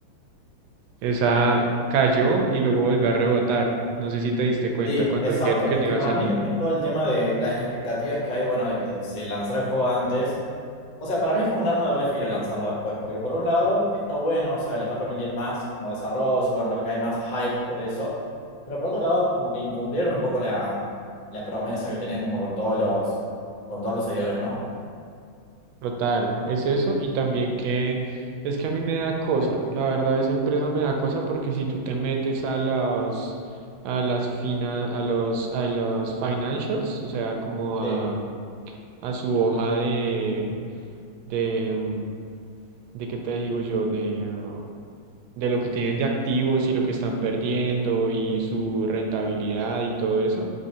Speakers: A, on the right; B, on the left.
A: Esa cayó y luego volvió a rebotar. No sé si te diste cuenta
B: Sí,
A: cuando
B: exacto.
A: dijeron que
B: Es
A: no
B: que
A: iba
B: para
A: a salir.
B: mí es todo el tema de las expectativas que hay, bueno, de que se lanzara el juego antes. O sea, para mí fue un arma de doble filo lanzarlo después, porque por un lado está bueno, o sea, les va a permitir más como desarrollo, bueno, creo que hay más hype por eso, pero por otro lado como que incumplieron un poco la, la promesa que tenían como con todos los, con todos los seguidores, ¿no?
A: Total, es eso y también que es que a mí me da cosa. La verdad, esa empresa me da cosa porque si tú te metes a las a las fina, a los a los financials, o sea, como
B: Sí.
A: a, a su hoja de de mm, de qué te digo yo de de lo que tienen de activos y lo que están perdiendo y su rentabilidad y todo eso.